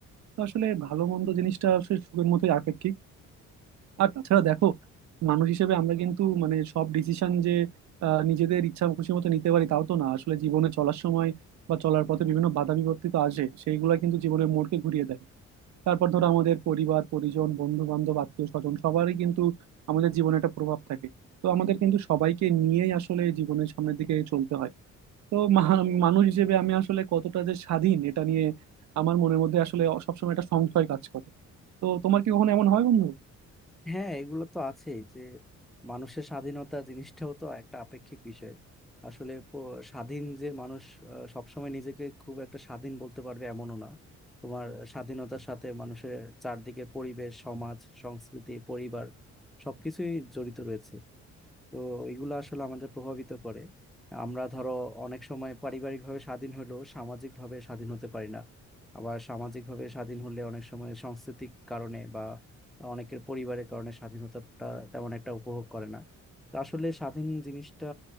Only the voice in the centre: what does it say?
হ্যাঁ এগুলো তো আছেই যে মানুষের স্বাধীনতা জিনিসটাও তো একটা আপেক্ষিক বিষয় আসলে প- স্বাধীন যে মানুষ আহ, সবসময় নিজেকে খুব একটা স্বাধীন বলতে পারবে এমনও না তোমার স্বাধীনতার সাথে মানুষের চারদিকে পরিবেশ সমাজ সংস্কৃতি পরিবার সবকিছুই জড়িত রয়েছে তো এগুলো আসলে আমাদের প্রভাবিত করে আমরা ধরো অনেক সময় পারিবারিকভাবে স্বাধীন হলেও সামাজিকভাবে স্বাধীন হতে পারি না আবার সামাজিকভাবে স্বাধীন হলে অনেক সময় সাংস্কৃতিক কারণে বা অনেকের পরিবারের কারণে স্বাধীনতাটা তেমন একটা উপভোগ করে না তো আসলে স্বাধীন জিনিসটা